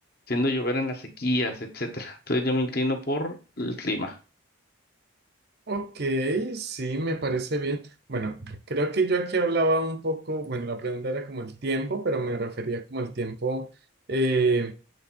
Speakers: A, on the left; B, on the right.
A: siendo llover en las sequías, etcétera. Entonces yo me inclino por el clima.
B: Ok, sí, me parece bien. Bueno, creo que yo aquí hablaba un poco, bueno, la pregunta era como el tiempo, pero me refería como el tiempo, eh,